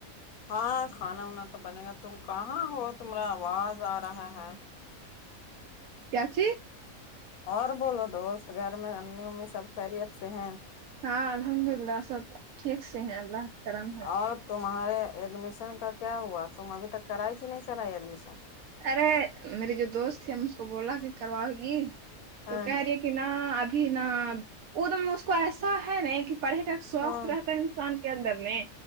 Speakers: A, on the left (about 80°); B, on the right (about 80°).
A: ہاں کھانا وانا تو بنے گا تم کہاں ہو تمارا آواز آ رہا ہے
B: کیاچ
A: اور بولو دوست گھر میں امی امی سب خیریت سے ہیں
B: ہاں الحمد اللہ سب ٹھیک سے ہیں اللہ کا کرم
A: اور تمہارے ایڈمیشن کا کیا ہوا تم ابھی تک کرائی کہ نہیں کرائی ایڈمیشن
B: ارے میرے جو دوست تھے ہم اس کو بولا کہ کرواؤ گی
A: ہاں
B: تو کہہ رہی کہ نہ ابھی نا وہ تو اس کو ایسا ہے نہ کہ پڑھے تک شوق
A: ہاں
B: رہتا ہے انسان کے اندر میں